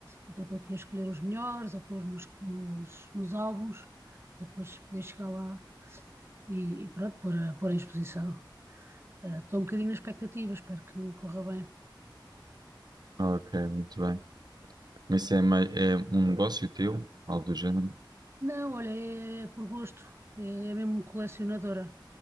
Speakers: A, on the right (about 30°); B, on the right (about 55°).
A: Então estou aqui a escolher os melhores, a pôr nos, nos, nos álbuns, para depois poder chegar lá e, e pronto, pôr, a- pôr em exposição. Ah, Estou um bocadinho na expectativa, espero que corra bem.
B: ok, muito bem. Mas Isso é, mais, é um negócio teu? Algo do género?
A: Não, olha, é por gosto, é, é mesmo colecionadora,